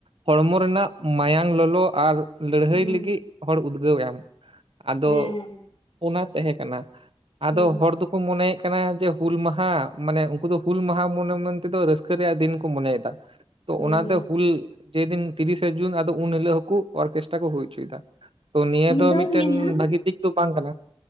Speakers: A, on the right (about 60°); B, on the left (about 65°).
A: ᱦᱚᱲᱢᱚ ᱨᱮᱱᱟᱜ ᱢᱟᱭᱟᱝ ᱞᱚᱞᱚ ᱟᱨ ᱞᱟᱹᱲᱦᱟᱹᱭ
B: ᱦᱮᱸ
A: ᱞᱟᱹᱜᱤᱜ ᱦᱚᱲ ᱩᱫᱽᱜᱟᱹᱣ ᱮᱢ ᱟᱫᱚ
B: ᱦᱮᱸ
A: ᱚᱱᱟ ᱛᱟᱦᱮᱸ ᱠᱟᱱᱟ ᱟᱫᱚ
B: ᱦᱮᱸ
A: ᱦᱚᱲ ᱫᱚ ᱠᱚ ᱢᱚᱱᱮᱭᱮᱜ ᱠᱟᱱᱟ ᱡᱮ ᱦᱩᱞ ᱢᱟᱦᱟ ᱢᱟᱱᱮ ᱩᱱᱠᱩ ᱫᱚ ᱦᱩᱞ ᱢᱟᱦᱟ ᱢᱚᱱᱮ ᱢᱮᱱᱛᱮ ᱫᱚ ᱨᱟᱹᱥᱠᱟᱹ ᱨᱮᱭᱟᱜ ᱫᱤᱱ ᱠᱚ ᱢᱚᱱᱮᱭᱮᱫᱟ ᱾ ᱛᱚ
B: ᱦᱮᱸ
A: ᱚᱱᱟᱛᱮ ᱦᱩᱞ ᱡᱮᱫᱤᱱ ᱛᱤᱨᱤᱥᱥᱟ ᱡᱩᱱ ᱟᱫᱚ ᱩᱱ ᱦᱤᱞᱳᱜ ᱦᱚᱸᱠᱚ ᱚᱨᱠᱮᱥᱴᱟᱨ ᱠᱚ ᱦᱩᱭ ᱦᱚᱪᱚᱭ ᱫᱟ ᱾ ᱛᱚ ᱱᱤᱭᱟᱹ ᱫᱚ
B: ᱫᱚᱧ
A: ᱢᱤᱫᱴᱮᱱ
B: ᱧᱮᱞ
A: ᱵᱷᱟᱹᱜᱤ ᱫᱤᱠ ᱫᱚ ᱵᱟᱝ ᱠᱟᱱᱟ ᱾